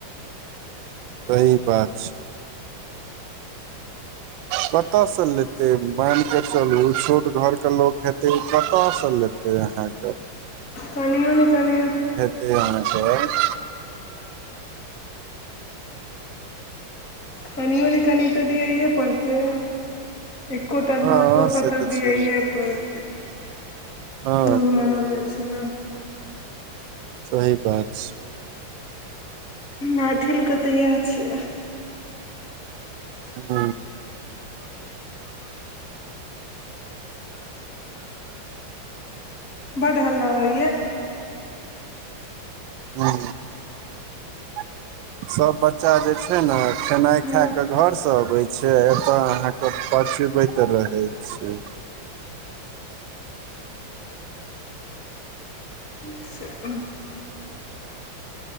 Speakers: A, on the right; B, on the left.
A: सही बात छै
B: <inaudible>
A: कत स लेतै मैन क चलू छोट घरके लोक हेतै कत स लेतै तहाँ <inaudible>
B: कनिऔनी कनी
A: <unintelligible>
B: कनिओनी कनियो त दियैए पड़तै एको टा
A: हँ
B: नाको के
A: से
B: त
A: तऽ
B: दियाए
A: छै
B: शुभ
A: हँ
B: मानल जाइ छै ने
A: सही बात छै
B: मैथिल के तऽ इएह छै
A: हँ
B: बड हल्ला होइए
A: हू <inaudible> सब बच्चा जे छै ने खेनाइ
B: हूँ
A: खा क घर से अबे छै एतय अहाँके पचबेत त रहे छै
B: <inaudible>